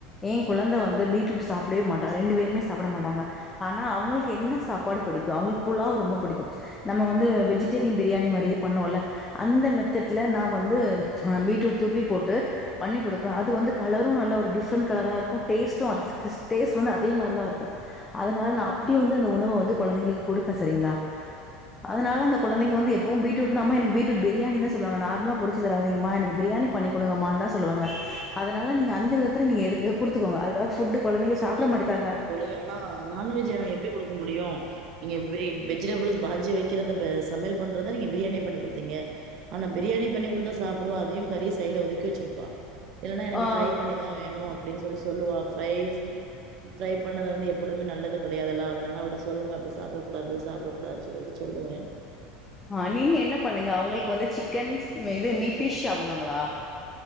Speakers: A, on the left (about 20°); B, on the right (about 55°).
A: ஏ குழந்த வந்த பீட்ரூட் சாப்பிடவே மாட்டான் ரெண்டு பேருமே சாப்பிட மாட்டாங்க ஆனா அவங்களுக்கு என்ன சாப்பாடு பிடிக்கும் அவங்களுக்கு ஃபுலாவ் ரொம்ப பிடிக்கும் நம்ம வந்து வெஜிடேரியன் பிரியாணி மாரியே பண்ணோல அந்த மெத்தட்ல நான் வந்து பீட்ரூட் துருவி போட்டு பண்ணி கொடுப்பேன் அது வந்து கலரும் நல்ல ஒரு டிஃப்ரெண்ட் கலரா இருக்கும் டேஸ்ட்டும் அது டேஸ்ட் வந்து அதே மாதிரிதான் இருக்கும் அதனால நான் அப்டி வந்து அந்த உணவை வந்து குழந்தைங்களுக்கு கொடுப்பேன் செரிங்களா அதனால அந்த குந்தைங்க வந்து எப்பவும் பீ்ட்ரூட் எனக்கு பீட்ரூட் பிரியாணி தான் சொல்லுவங்க நார்மலா பொரிச்சு தராதீங்கமா எனக்கு பிரியாணி பண்ணி கொடுங்கம்மா தான் சொல்லுவங்க அதனால நீங்க அந்த விதத்தில் நீங்க எடுத்து கொடுத்துக்கோங்க அதுக்காக ஃபுட்டு குழந்தைங்க
B: நீங்க
A: சாப்ட
B: சொல்றது
A: மாட்டுக்காங்க.
B: கரெக்ட் தான் தோழி ஆனா நான்வெஜ்ஜ நான் எப்டி கொடுக்க முடியு நீங்க இப்டி வெஜிடபிள்ஸ் பாஜி வைக்கிறத சமையல் பண்றது நீங்க பிரியாணியா பண்ணி கொடுத்தீங்க ஆனா பிரியாணி பண்ணி கொடுத்தா சாப்புடுவா அதையு கறி சைடுல ஒதுக்கி வச்சிருப்பா இல்லைன்னா எனக்கு
A: ஆ
B: ஃப்ரை பண்ணிதான் வேணும் அப்டின்னு சொல்லி சொல்லுவா ரைஸ் ப்ரை பண்ணது வந்து எப்பொழுதுமே நல்லது கிடையாதுல்ல அதனால அவகிட்ட சொல்லுங்க அப்டி சாப்பிடக் கூடாது சாப்பிட கூடாது சொல்லிட்டு சொல்லுவேன்
A: ஆ நீங்க என்ன பண்ணுங்க அவங்களுக்கு வந்து சிக்கன் இது மீ ஃபிஷ் சாப்பிடுவாங்களா